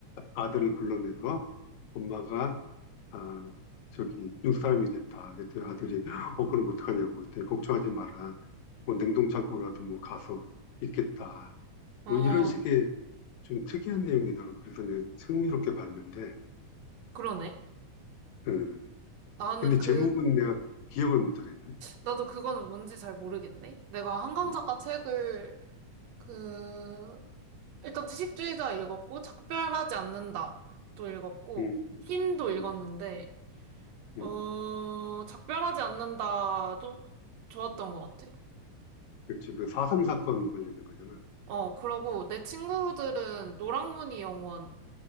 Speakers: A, on the left (about 75°); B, on the right (about 70°).
A: 아들을 불러내서 엄마가 아 저기 육사람이 됐다. 그때 아들이 어 그럼 어떡하냐고 그때 걱정하지 마라. 뭐 냉동창고라도 뭐 가서 있겠다.
B: 어,
A: 뭐 이런 식의 좀 특이한 내용이더라고. 그래서 내가 흥미롭게 봤는데
B: 그러네.
A: 음.
B: 나는
A: 근데
B: 그,
A: 제목은 내가 기억을 못 하겠네.
B: 나도 그거는 뭔지 잘 모르겠네. 내가 한강
A: 음,
B: 작가 책을, 그, 일단 채식주의자 읽었고, 작별하지 않는다. 도 읽었고,
A: 음,
B: 흰도
A: 음,
B: 읽었는데,
A: 음.
B: 어, 작별하지 않는다도 좋았던 것 같아.
A: 그치, 그사3 사건 관련된 거잖아.
B: 어, 그러고 내 친구들은 노랑무늬 영원이